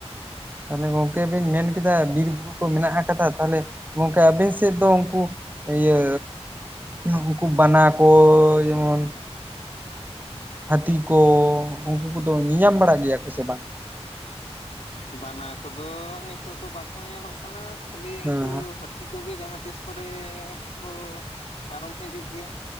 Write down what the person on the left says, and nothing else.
ᱵᱟᱱᱟ ᱠᱚᱫᱚ ᱱᱤᱛᱚᱜ ᱫᱚ ᱵᱟᱠᱚ ᱧᱮᱞᱚᱜ ᱠᱟᱱᱟ ᱠᱷᱟᱹᱞᱤ
ᱩᱱᱠᱩ ᱦᱟᱹᱛ ᱛᱤ ᱠᱚᱜᱮ ᱡᱟᱦᱟᱸ ᱛᱤᱥ ᱠᱚᱨᱮ ᱠᱚ ᱯᱟᱨᱚᱢ ᱦᱤᱡᱩᱜ ᱜᱮᱭᱟ᱾